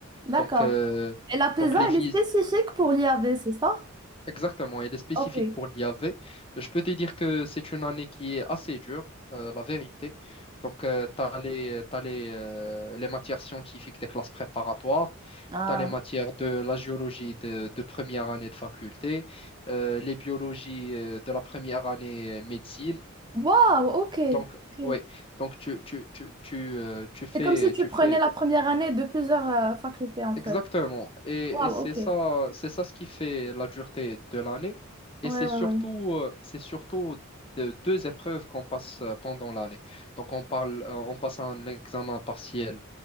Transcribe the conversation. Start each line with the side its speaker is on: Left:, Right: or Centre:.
Right: D'accord.
Left: Donc, euh,
Right: Et la PESA,
Left: donc les vies
Right: elle est spécifique pour l'IAV, c'est ça?
Left: exactement, elle est spécifique
Right: Ok.
Left: pour l'IAV. Je peux te dire que c'est une année qui est assez dure, euh, la vérité. Donc, tu as les, t'as les, euh, les matières scientifiques des classes préparatoires,
Right: Ah.
Left: tu as les matières de la géologie de, de première année de faculté, euh, les biologies euh, de la première année euh, médecine.
Right: Waouh, ok.
Left: Donc,
Right: ok.
Left: oui, donc tu, tu, tu, tu, euh, tu fais,
Right: C'est comme si tu
Left: tu
Right: prenais
Left: fais
Right: la première année de plusieurs euh, facultés, en fait.
Left: exactement. Et,
Right: Waouh,
Left: et c'est
Right: ok.
Left: ça,
Right: Ouais,
Left: c'est ça ce qui fait la dureté de l'année. Et
Right: ouais,
Left: c'est
Right: ouais.
Left: surtout, euh, c'est surtout de- deux épreuves qu'on passe euh, pendant l'année. Donc, on parle, euh, on passe un examen partiel